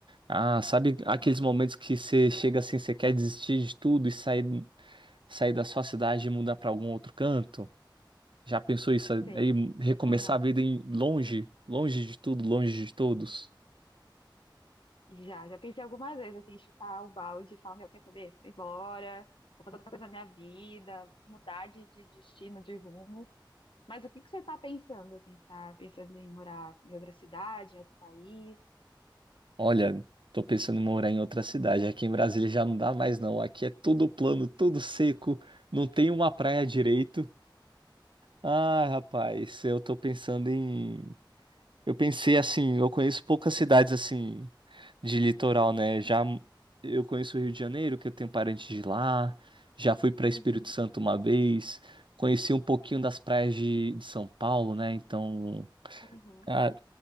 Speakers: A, on the right; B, on the left.
A: Ah, sabe aqueles
B: Hum,
A: momentos que você chega assim, você quer desistir de tudo e sair, sair da sua cidade e mudar pra algum outro canto? Já pensou isso
B: sei,
A: aí, recomeçar
B: sei como é.
A: a vida em longe, longe de tudo, longe de todos?
B: Já, já pensei algumas vezes assim, em chutar o balde e falar, meu, quer saber? Vou embora, vou fazer outra coisa na minha vida, vou mudar de, de destino, de rumo. Mas o que que você está pensando, assim? Você tá pensando em morar em outra cidade, em outro país?
A: Olha, tô pensando em morar em outra cidade. Aqui em Brasília já não dá mais, não. Aqui é tudo plano, tudo seco, não tem uma praia direito. Ah, rapaz, eu tô pensando em. Eu pensei assim, eu conheço poucas cidades assim de litoral, né? Já eu conheço o Rio de Janeiro, que eu tenho parentes de lá. Já fui para
B: Uhum,
A: Espírito Santo uma vez. Conheci um pouquinho das praias de, de São Paulo, né? Então.
B: uhum.
A: Ah,